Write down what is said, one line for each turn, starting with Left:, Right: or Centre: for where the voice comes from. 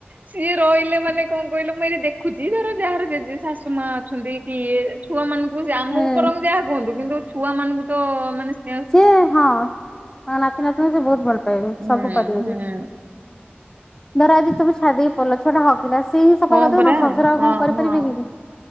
Right: ସିଏ ରହିଲେ ମାନେ କଣ କହିଲ ମୁଁ ଏଠି ଦେଖୁଚି ଧର ଯାହାର ଜେଜେ ଶାଶୁ ମା ଅଛନ୍ତି କି ଇଏ ଛୁଆ ମାନଙ୍କୁ କୁ ଆମକୁ
Left: ହୁଁ
Right: ପରୋମ୍ ଯାହା କୁହନ୍ତୁ କିନ୍ତୁ ଛୁଆ ମାନଙ୍କୁ ତ ମାନେ ସେ
Left: ସେ ହଁ ନାତି ନାତୁଣି ସେ ବହୁତ ଭଲ ପାଇବେ
Right: ହୁଁ
Left: ସବୁ କରିବ
Right: ହୁଁ
Left: ଧର ଆଜି ତୁମେ ଛାଡଦେଇକି ପଲ ଛୁଆଟା ହ ପିଲା ସେ ହିଁ ସଫା
Right: ହଁ
Left: କରିଦବ
Right: ପରା
Left: ଆଉ ଶଶର ଆଉ
Right: ହଁ
Left: କଣ କରିପାରିବି
Right: ହଁ।
Left: କିି?